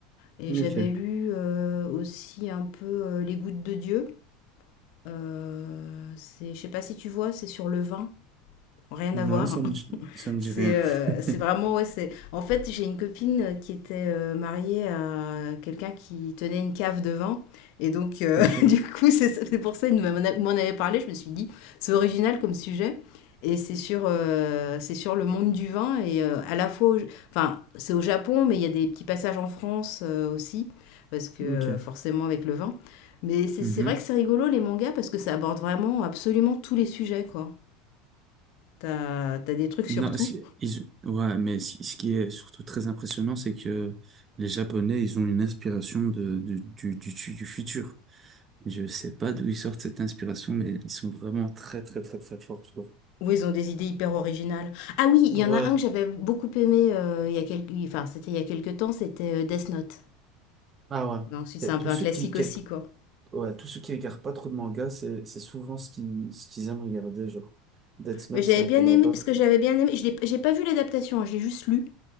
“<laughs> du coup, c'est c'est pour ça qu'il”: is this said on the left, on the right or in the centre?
Left